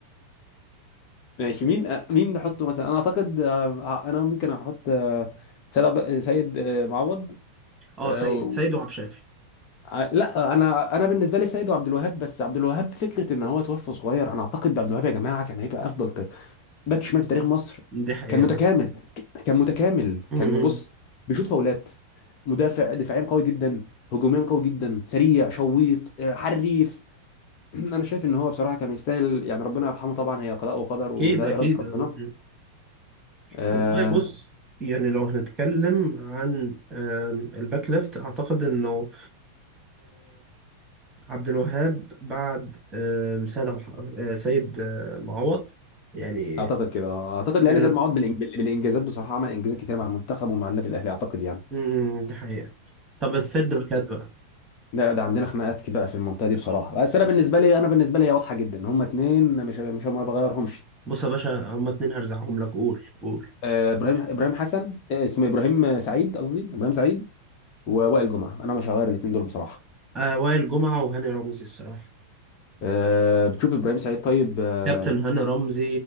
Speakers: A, on the left; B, on the right.
A: <laughs> ماشي مين آه، مين نحطه مثلا انا اعتقد آه، انا ممكن احط آه، سيد عبد- سيد آه، معوض
B: اه
A: آه،
B: آه، سيد
A: و-
B: سيد وعبد الشافي
A: ع- لا انا انا بالنسبه لي سيد عبد الوهاب بس عبد الوهاب فكره ان هو توفى صغير انا اعتقد عبد الوهاب يا جماعه كان هيبقى افضل ت- باك شمال في تاريخ مصر
B: دي حقيقة
A: كان متكامل
B: بس
A: ك- كان متكامل
B: مم.
A: كان بص بيشوط فاولات مدافع دفاعيا قوي جدا هجوميا قوي جدا سريع شويط آه، حريف <clears throat> انا شايف ان هو بصراحه كان يستاهل يعني ربنا يرحمه طبعا هي قضاء وقدر
B: اكيد
A: وده
B: اكيد
A: اراده ربنا
B: مم.
A: آه،
B: والله بص يعني لو هنتكلم عن آم، الباك ليفت اعتقد انه عبد الوهاب بعد آم، سيد عبد الح- آه، سيد آه، معوض يعني
A: اعتقد كده اعتقد
B: قال
A: لان زياد معوض بالإنج- بالانجازات بصراحه عمل انجازات كتير مع المنتخب ومع النادي الاهلي اعتقد يعني
B: إن- م- م، دي حقيقة طب الثيرد باكات بقى
A: لا ده عندنا خناقات بقى في المنطقه دي
B: آه.
A: بصراحه بس انا بالنسبه لي انا بالنسبه لي هي واضحه جدا هما اتنين مش مش ما بغيرهمش
B: بص يا باشا هما اتنين هرزعهم لك قول قول
A: آه، ابراهيم ابراهيم حسن آه، اسمه ابراهيم سعيد قصدي ابراهيم سعيد ووائل جمعه انا مش هغير الاتنين دول بصراحه
B: آه وائل جمعة وهاني رمزي الصراحة
A: آه، بتشوف ابراهيم سعيد طيب آه،
B: كابتن هاني رمزي